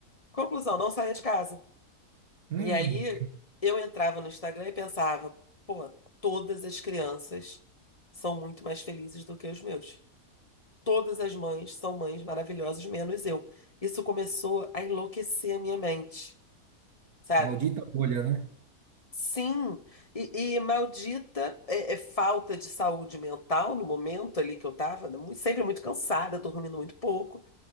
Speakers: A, on the left; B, on the right.
A: Conclusão, não saía de casa.
B: Hum,
A: E aí eu entrava no Instagram e pensava: pô, todas as crianças são muito mais felizes do que os meus. Todas as mães são mães maravilhosas, menos eu. Isso começou a enlouquecer a minha mente, sabe?
B: maldita bolha, né?
A: Sim, e, e maldita é, é, falta de saúde mental no momento ali que eu tava, mu- sempre muito cansada, dormindo muito pouco,